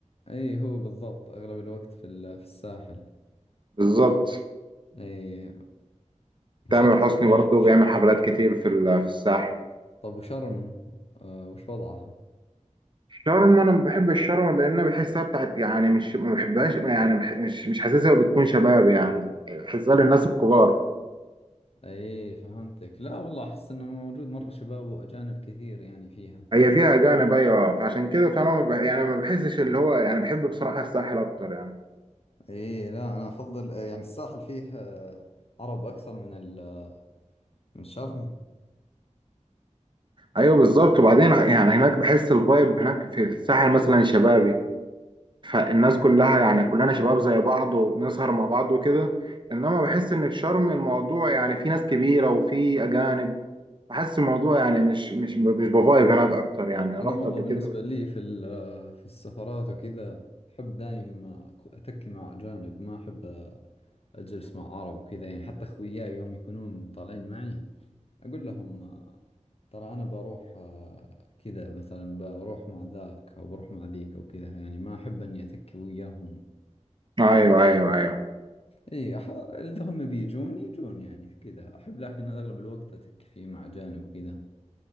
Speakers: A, on the left; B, on the right.
A: أي هو بالضبط أغلب الوقت في ال- في الساحل
B: بالظبط
A: أي
B: تامر
A: شرم
B: حسني
A: الشيخ
B: برضه
A: وش-
B: بيعمل حفلات كتير في ال- في الساحل
A: طب وشرم آه وش وضعها؟
B: شرم انا ما بحب الشرم لان بحسها بتاعت يعني مش ما بحبهاش يعني مح- مش مش حاسسها بتكون شباب يعني بحسها للناس الكبار
A: أي فهمتك لا والله أحس إنه موجود مرة شباب وأجانب كثير يعني فيها
B: هي فيها اجانب ايوه فعشان كده فانا ما ب- يعني ما بحسش اللي هو يعني بحب بصراحه الساحل اكتر يعني
A: ايه لا انا افضل آه، يعني الساحل فيه آه، عرب اكثر من ال- من شرم
B: ايوه بالظبط وبعدين يعني هناك بحس الفايب هناك في الساحل مثلا شبابي فالناس كلها يعني كلنا شباب زي بعض وبنسهر مع بعض وكده انما بحس ان في شرم الموضوع يعني في ناس كبيره وفي اجانب بحس الموضوع يعني مش مش مش بفايب هناك اكتر يعني رحت
A: انا والله
B: قبل
A: بالنسبه
B: كده
A: لي في ال- آه، في السفرات وكذا احب دايم أك- اتكي مع اجانب ما احب آه، اجلس مع عرب وكذا يعني حتى اخوياي يوم يكونون طالعين معي اقول لهم آه، ترى انا بروح آه، كذا مثلا بروح مع ذاك او بروح مع ذيك او كذا يعني ما احب اني اتكي وياهم
B: ايوه ايوه ايوه
A: اي أح... اذا هم بيجون يجون يعني كذا احب لكن اغلب الوقت اتك فيه مع اجانب وكذا